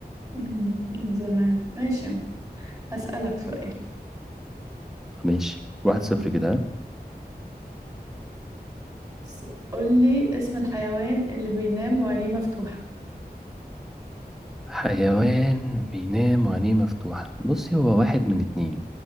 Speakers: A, on the right; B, in the centre.
A: مم، من زمان ماشي هسألك سؤال
B: ماشي واحد صفر كده ها؟
A: س- قولي اسم الحيوان اللي بينام وعينيه مفتوحة
B: حيوان بينام وعينيه مفتوحة بصي هو واحد من اتنين